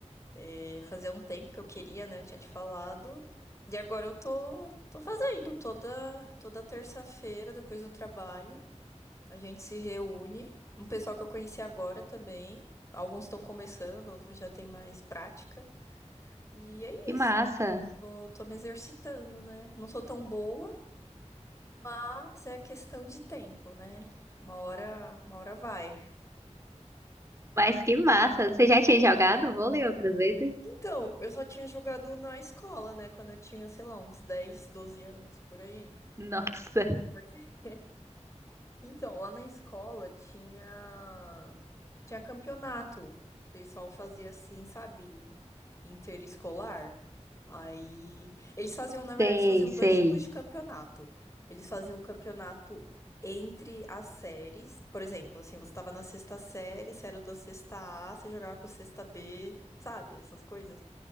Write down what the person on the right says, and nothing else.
Que
massa!
Mas que massa! Você já tinha jogado vôlei outras vezes?
Nossa!
Sei,
sei.